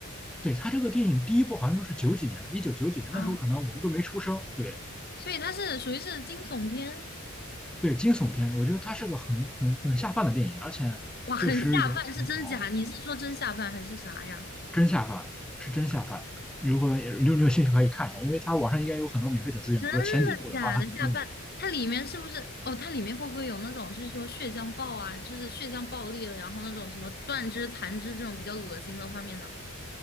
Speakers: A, in the centre; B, on the left (about 45°).
A: 对他这个电影第一部好像都是九几年的，一九九几年那时候可能我们都没出生。
B: 啊，
A: 对
B: 所以它是属于是惊悚片。
A: 对，惊悚片，我觉得他是个很很很下饭的电影，而且
B: 哇，很下饭，
A: 确实也挺好，
B: 是真假？你是说真下饭还是啥呀？
A: 真下饭，是真下饭。如果也你有你有兴趣可以看一下，因为它网上应该有很多免费的资源，
B: 真的假的下饭？
A: 比如说前几部的话，它可能都免。
B: 它里面是不是？哦，它里面会不会有那种，就是说血浆爆啊，就是血浆爆裂了，然后那种什么断肢残肢这种比较恶心的画面呢？